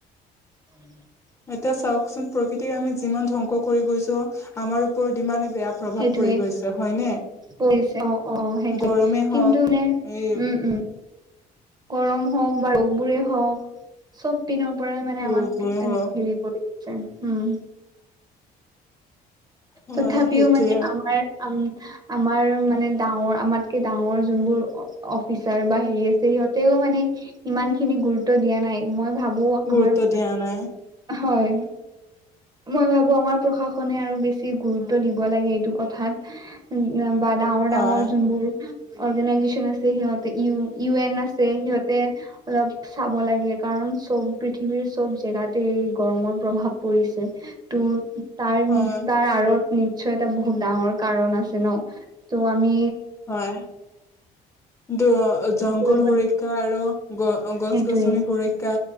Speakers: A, on the right; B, on the left.
A: <inaudible>
B: এতিয়া চাওকচোন প্ৰকৃতি আমি যিমান ধ্বংস কৰি গৈছো আমাৰ ওপৰত ইমান বেয়া প্ৰভাৱ
A: সেইটোয়ে
B: পৰি গৈছে হয়নে।
A: পৰিছে অ অ অ সেইটোৱে
B: গৰমেই হওক
A: কিন্তু নে
B: এই
A: উম উম গৰম হওক বা ৰোগবোৰে হওক চব পিনৰ পৰাই মানে
B: ৰোগবোৰে
A: আমাক তে
B: হওক
A: হেৰি কৰি আছে উম
B: হয়
A: তথাপিও
B: সেইটোৱে
A: মানে আমাৰ আমাৰ মানে ডাঙৰ আমাতকে ডাঙৰ যোনবোৰ অফিচাৰ বা হেৰি আছে সিহঁতেও মানে ইমান খিনি গুৰুত্ব দিয়া নাই মই ভাবো
B: গুৰুত্ব
A: আমাৰ-
B: দিয়া নাই।
A: হয়। মই ভাবো আমাৰ প্ৰশাসনে আৰু বেছি গুৰুত্ব দিব লাগে এইটো কথাত উ বা ডাঙৰ
B: হয়
A: ডাঙৰ যোনবোৰ। অৰ্গেনাইজেচন আছে সিহতে ই ইউ এন আছে সিহঁতে অলপ চাব লাগে কাৰণ চব পৃথিৱীৰ চব জেগাত গৰমৰ প্ৰভাৱ পৰিছে তো তাৰ
B: হয়
A: নি তাৰ আঁৰত নিশ্চয় এটা বহুত ডাঙৰ কাৰণ আছে ন- ত' আমি
B: হয় দুয় জংঘল,
A: কৰিব
B: সুৰে আৰু গ গছ
A: সেইটোয়ে
B: গছনি সুৰক্ষা